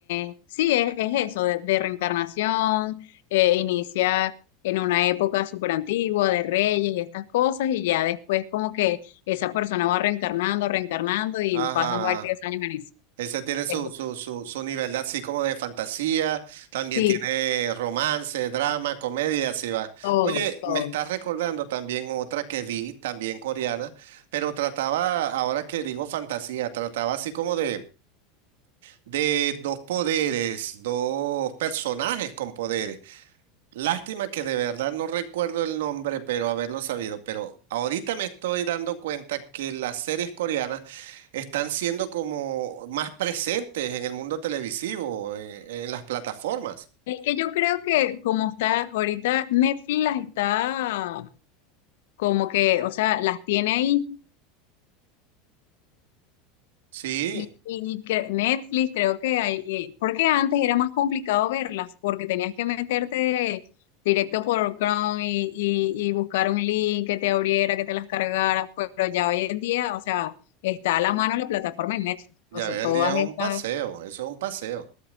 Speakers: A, on the left; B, on the right.
A: es, sí, es, es eso, de, de reencarnación, eh, inicia en una época súper antigua de reyes y estas cosas, y ya después como que esa persona va reencarnando, reencarnando y
B: Ajá.
A: pasan varios años en eso.
B: Ese tiene su,
A: Es-
B: su, su, su nivel de así como de fantasía, también
A: sí,
B: tiene romance, drama, comedia, así va.
A: todo,
B: Oye,
A: todo.
B: me estás recordando también otra que vi, también coreana, pero trataba, ahora que digo fantasía, trataba así como de de dos poderes, dos personajes con poderes. Lástima que de verdad no recuerdo el nombre, pero haberlo sabido. Pero ahorita me estoy dando cuenta que las series coreanas están siendo como más presentes en el mundo televisivo, en, en las plataformas.
A: Es que yo creo que como está ahorita Netflix las está como que, o sea, las tiene ahí
B: Sí,
A: Y, y cre- Netflix, creo que hay, y- porque antes era más complicado verlas, porque tenías que meterte directo por Chrome y, y, y buscar un link que te abriera, que te las cargara, pero ya hoy en día, o sea, está a la mano la plataforma de Netflix,
B: ya
A: o sea,
B: hoy
A: todas
B: en día es un
A: estas,
B: paseo, eso es un paseo.